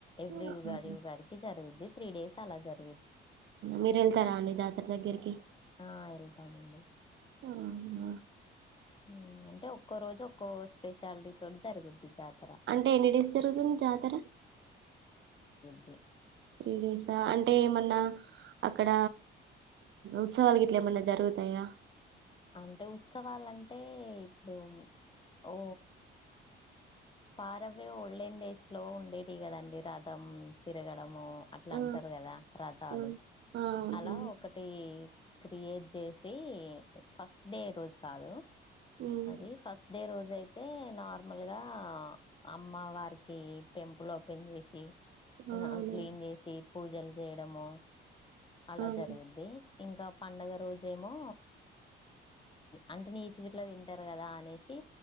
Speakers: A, on the left; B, on the right.
A: ఎవ్రి
B: అవునా
A: ఉగాది ఉగాదికి జరుగుది త్రీ డస్ అలా జత
B: మీరేళ్తారా అండి జాతర దగ్గరికి
A: ఆ అళ్తాము ఉండ
B: అవునా
A: ఉమ్ అంటే ఒక్కో రోజు ఒక్కో స్పెషాలిటీ తోనీ జరుగుద్ది జాత
B: అంటే ఎన్నిడేస్ జరుగుతుంద్‌ జాతర
A: అ
B: ఫ్రీగసా అంట అంటే ఏమన్నా అక్కడ ఉత్సవాలు గట్లామన్నా జరుగుతాయా
A: అంటే ఉత్సవాలంటే ఇప్పుడు ఓ పారవ్య ఒళ్ళండేస్లో ఉండేటి కదండి రథం తిరగడం ఊ అట్లా
B: ఆ
A: అంటారు కదా రథాలు
B: ఆ ఆ అవునండి
A: అలా ఒకటి క్రియేట్ చేసి ఫస్ట్ డే రోజు కాదు
B: ఉమ్
A: అది ఫస్‌ డే రోజు అయితే నార్మల్ గా అమ్మ వారికి టెంపుల్ ఓపెన్ చేశి
B: ఆ, అవునా
A: అ క్లీన్ చేసి పూజలు చేయడము అలా
B: అవును
A: జరుగుద్ది ఇంకా పండుగ రోజేమో అంటే నీచి గట్లా తింటారు కదా అనేసి